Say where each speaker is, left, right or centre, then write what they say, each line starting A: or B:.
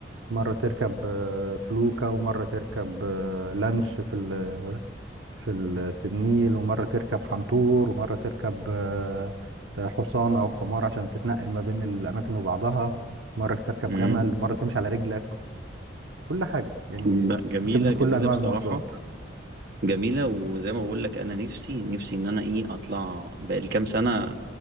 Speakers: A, on the right (about 85°); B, on the right (about 55°).
A: مرة تركب آه، فلوكة ومرة تركب آه، لانش في ال في ال في النيل ومرة تركب حنطور ومرة تركب آه، آه، حصان أو حمار عشان تتنقل ما بين الأماكن وبعضها مرة تركب
B: امم
A: جمل مرة تمشي على رجلك كل حاجة يعني
B: لا جميلة
A: ركبنا كل
B: جميلة
A: أنواع
B: بصراحة
A: المواصلات
B: جميلة وزي ما بقول لك أنا نفسي نفسي إن أنا إيه أطلعها بقالي كام سنة